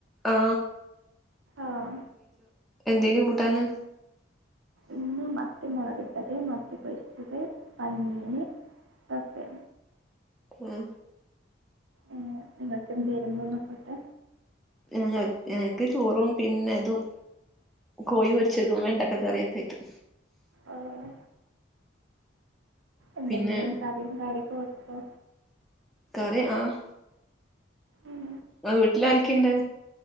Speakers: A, in the centre; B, on the right.
A: ആ
B: ആഹ്
A: എന്താർന്ന് കൂട്ടാണ്
B: ഇന്ന് മത്തി മുളക് ഇട്ടത് മത്തി പൊരിച്ചത് പഞ്ഞിമീന് ഒക്കെ
A: ഉം
B: ഏഹ് നിങ്ങൾക്ക് എന്തായിരുന്നു ഇന്ന് ഫുഡ്
A: ഏഹ് ഞങ്ങൾക്ക് ചോറും പിന്നെ ഇതും കോയി പൊരിച്ചതും വെണ്ടക്ക കറിയൊക്കെ ആയിട്ട്
B: ആഹ് എന്തെങ്കിലും
A: പിന്നെ
B: കറിയും കാര്യൊക്കെ വെക്കോ
A: കറി ആഹ്
B: ഉം
A: ആഹ് വീട്ടിലാരൊക്കെ ഉണ്ട്